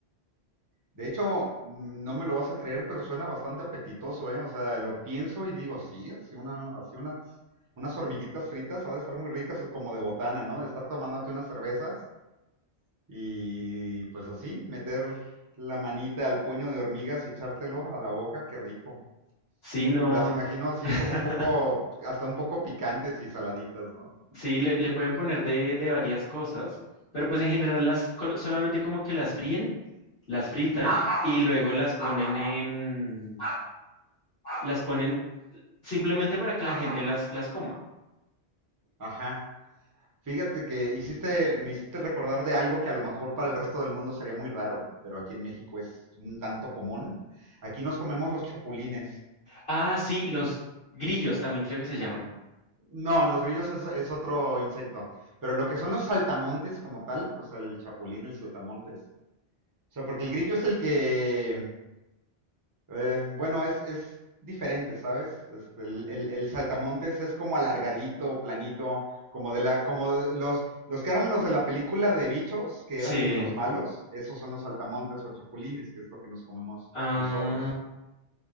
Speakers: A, on the right (about 25°); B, on the left (about 60°).
A: De hecho, no me lo vas a creer, pero suena bastante apetitoso, ¿eh? O sea, lo pienso y digo, sí, así una, así unas, unas hormiguitas fritas ha de estar muy ricas como de botana, ¿no? De estar tomándote unas cervezas y pues así, meter la manita al puño de hormigas y echártelo a la boca, qué rico.
B: Sí, no,
A: Me las imagino así
B: <laughs>
A: como un poco, hasta un poco picantes y saladitas, ¿no?
B: sí, le, le pueden poner de, de varias cosas, pero pues en general las col- solamente como que las fríen, las fritan
A: Ujú.
B: y luego las ponen en, las ponen simplemente para que la gente las, las coma.
A: Ajá. Fíjate que hiciste, me hiciste recordar de algo que a lo mejor para el resto del mundo sería muy raro, pero aquí en México es un tanto común. Aquí nos comemos los chapulines.
B: Ah, sí, los grillos también creo que se llaman.
A: No, los grillos es, es otro insecto, pero lo que son los saltamontes como tal, o sea, el chapulín, el saltamontes, o sea, porque el grillo es el que Eh, bueno, es, es diferente, ¿sabes? Este, el, el- el saltamontes es como alargadito, planito, como de la, como de los, los que eran los de la película de bichos, que
B: Sí,
A: eran los malos, esos son los saltamontes o chapulines, que es lo que nos comemos
B: ah,
A: nosotros.